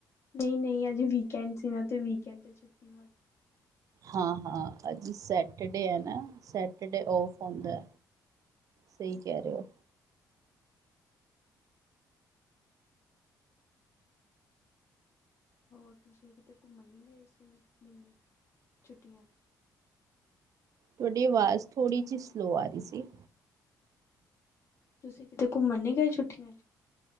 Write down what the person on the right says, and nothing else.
ਹਾਂ! ਹਾਂ! ਅੱਜ ਸੈਟਰਡੇ ਹੈ ਨਾ! ਸੈਟਰਡੇ ਔਫ ਹੁੰਦਾ। ਸਹੀ ਕਹਿ ਰਹੇ ਹੋ।
ਤੁਹਾਡੀ ਆਵਾਜ਼ ਥੋੜ੍ਹੀ ਜਿਹੀ ਸਲੋਅ ਆ ਰਹੀ ਸੀ।